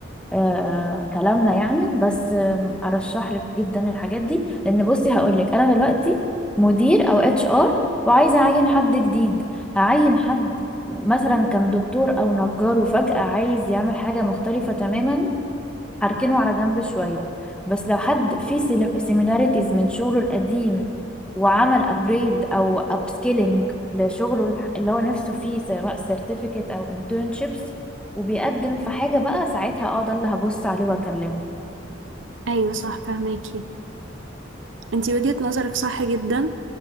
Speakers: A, in the centre; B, on the right (about 70°).
A: آه كلامنا يعني بس آم، ارشح لك جدا الحاجات دي لان بصي هقول لك انا دلوقتي مدير او اتش ار وعايزه اعين حد جديد هعين حد مثلا كان دكتور او نجار وفجأة عايز يعمل حاجه مختلفه تماما هركنه على جنب شوية بس لو حد فيه سيميلاريتيز من شغله القديم وعمل ابجريد او upskilling لشغله الح- اللي هو نفسه فيه سواء certificate او internships وبيقدم في حاجة بقى ساعتها اه ده اللي هبص عليه واكلمه
B: ايوه صح فهماكي انتي وجهة نظرك صح جدا